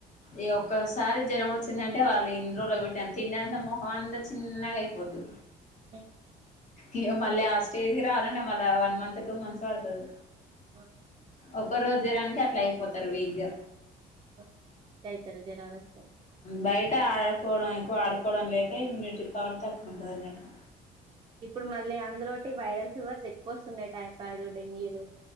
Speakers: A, on the left; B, on the right.
A: ఈ ఒక్కసారి జరం ఒ వచ్చిందంటే వాళ్ళు ఇంట్లోనే తిండి అంతే ముఖం అంత చిన్నగా అయిపోది
B: హ్మ్
A: ఇగ మళ్ళీ ఆ స్టేజ్ కి రావాలంటె మళ్ళ వన్ మంత్ టూ మంత్స్ పడుతది
B: ఆ
A: ఒక రోజు జరానికి అట్లా అయిపోతారు వీక్ గా
B: ఆ! అయితారు జనాలు వస్తాయి
A: బయట ఆడకోవడం ఎక్కువ ఆడుకో కోవడం లేక ఇమ్యూనిటీ పవర్ తక్కువ ఉంటది అన్నట్టు
B: ఇప్పుడు మళ్ళీ అందులోటి వైరల్ ఫీవర్స్ ఎక్కువ వస్తున్నాయ్ టైపాడు డెంగ్యూలు